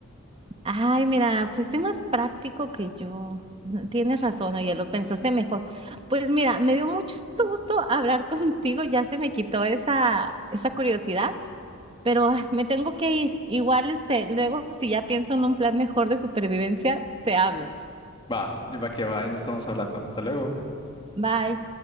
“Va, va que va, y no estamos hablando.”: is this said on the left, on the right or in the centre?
Left